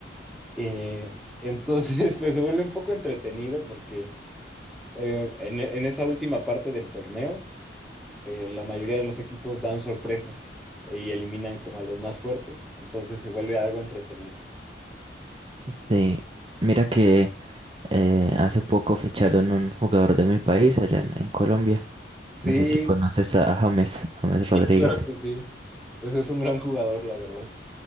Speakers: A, in the centre; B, on the right.
A: Eh, entonces, <laughs> pues se vuelve un poco entretenido porque eh, en, en esa última parte del torneo, eh, la mayoría de los equipos dan sorpresas y eliminan como a los más fuertes, entonces se vuelve algo entretenido.
B: Sí, mira que eh, hace poco ficharon un jugador de mi país allá en, en Colombia.
A: Sí,
B: No sé si conoces a James, James
A: sí,
B: Rodríguez.
A: claro que sí. Pues es un gran jugador, la verdad.